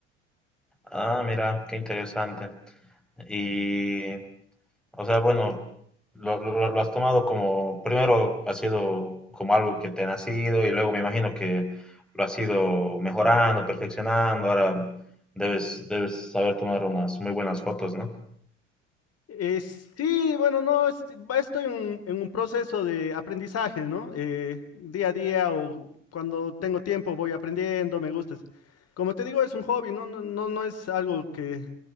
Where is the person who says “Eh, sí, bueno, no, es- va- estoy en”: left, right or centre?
Left